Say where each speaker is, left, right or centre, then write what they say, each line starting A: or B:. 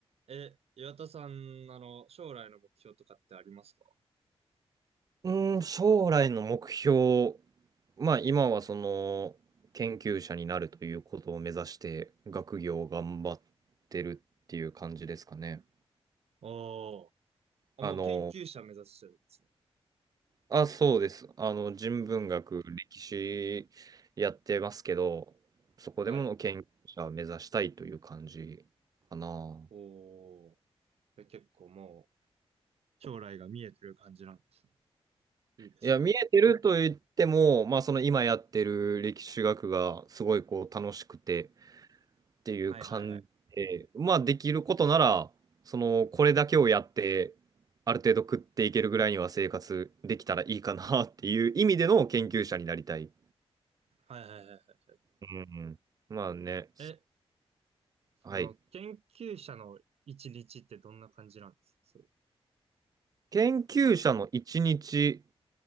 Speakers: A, on the right; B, on the right.
A: え、岩田さん、あの、将来の目標とかってありますか
B: うーん、将来の目標、まあ今はその研究者になるということを目指して学業を頑張ってるっていう感じですかね。
A: おー。あ、
B: あの、
A: もう研究者目指してるんですね。
B: あ、そうです。あの、人文学、
A: おー。
B: 歴史やってますけど、そこでもの研究者を目指したいという感じかな。
A: はい。おー。で結構もう、将来が見えてる感じなんですね。いいですね。
B: いや、見えてると言っても、まあその今やってる歴史学がすごいこう楽しくて、っていう感じで、
A: はいはいはい。
B: まあできることなら、その、これだけをやって、ある程度食っていけるぐらいには生活できたらいいかなっていう意味での研究者になりたい。
A: はいはいはいはい。
B: うんうん。まあね、
A: え、その、
B: はい。
A: 研究者の一日ってどんな感じなんですかそれ
B: 研究者の一日、